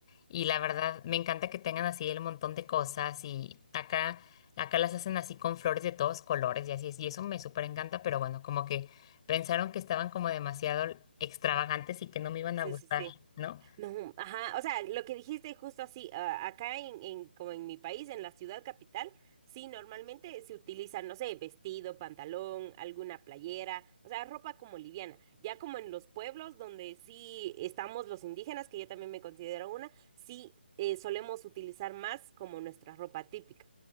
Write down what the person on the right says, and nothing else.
Sí,
sí, sí.
No, ajá, o sea, lo que dijiste justo así, ah, acá en, en, como en mi país, en la ciudad capital, sí, normalmente se utiliza, no sé, vestido, pantalón, alguna playera, o sea, ropa como liviana. Ya como en los pueblos donde sí estamos los indígenas, que yo también me considero una, sí eh, solemos utilizar más como nuestra ropa típica